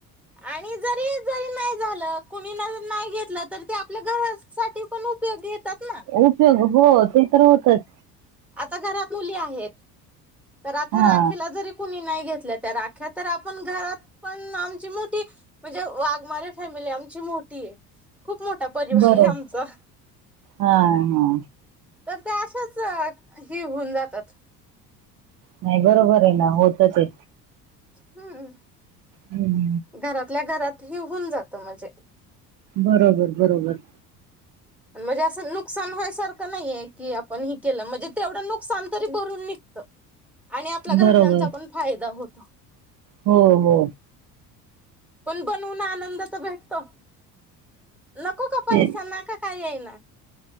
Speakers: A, in the centre; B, on the right (about 40°).
A: आणि जरी जरी नाही झालं. कुणी ना नाही घेतलं तरी ते आपल्या गवस साठी पण उपयोगी येतात ना,
B: उपयोग हो, ते तर होतच.
A: आता घरात मुली आहेत. तर आता
B: हा
A: राखीला जरी कुणी नाही घेतल्या त्या राख्या तर, आपण घरात पण आमची मोठी म्हणजे वाघमारे फॅमिली आमची मोठी हे. खूप मोठा परिवार
B: बरोबर
A: आहे आमचा.
B: हा हा,
A: तर त्या अशाच हे होऊन जातात.
B: नाही बरोबर हे ना, होतं ते
A: हम्म,
B: हम्म,
A: घरातल्या घरात हि होऊन जातं. म्हणजे
B: बरोबर बरोबर
A: म्हणजे असं नुकसान व्हायसारखं नाहीये. कि आपण हि केलं. म्हणजे तेवढं नुकसान तरी भरून निघतं. आणि आपल्या घरच्यांचा
B: बरोबर
A: पण फायदा होतो.
B: हो हो.
A: पण बनवून आनंद त भेटतो. नको का पैसा
B: ते
A: नका काही आहे ना,